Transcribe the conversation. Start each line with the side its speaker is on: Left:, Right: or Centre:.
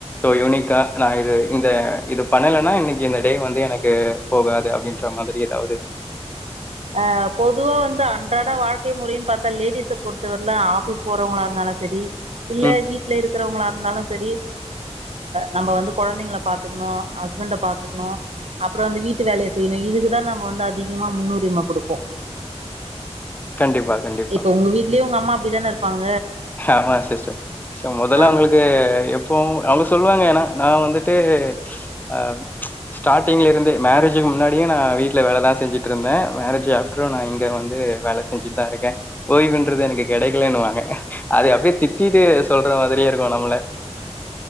Left: யுனிக்கா ந இது இந்த இது பண்ணலனா இன்னை இந்த டே வந்து எனக்கு போகாது அப்படின்ற மாதிரி ஏதாவது
Right: ஆஹ் பொதுவா வந்து அன்றாட வாழ்க்கை முறைன்னு பார்த்தா லேடிஸ பொறுத்தவரலும் ஆபீஸ் போறவங்களா இருந்தாலும் சரி இல்ல
Left: ம்
Right: வீட்ல இருக்கிறவங்களா இருந்தாலும் சரிஹ நம்ம வந்து குழந்தைங்க பார்த்துக்கணும் ஹஸ்பண்ட பார்த்துக்கணும் அப்புறம் வந்து வீட்டு வேலையை செய்யணும் இதுக்குதான் நம்ம வந்து அதிகமா முன்னுரிமை கொடுப்போம்
Left: கண்டிப்பா கண்டிப்பா
Right: இப்ப உங்க வீட்லயே உங்க அம்மா அப்படிதான இருப்பாங்க
Left: ஆமா சிஸ்டர் சோ முதல்ல
Right: ஆ
Left: அவங்களுக்கு எ இப்போ அவங்க சொல்லுவாங்க ஏன்னா நான் வந்துட்டு ஆஹ் ஸ்டார்ட்டிங்ல இருந்தே மேரேஜுக்கு முன்னாடியே நான் வீட்டுல வேலைதான் செஞ்சுட்டு இருந்தேன் மேரேஜ் ஆப்டரும் நான் இங்க வந்து வேலை செஞ்சுட்டு தான் இருக்கேன் ஓய்வுன்றது எனக்கு கிடைக்கலன்னுவாங்க அது அப்படியே திட்டிட்டு சொல்ற மாதிரியே இருக்கும் நம்மள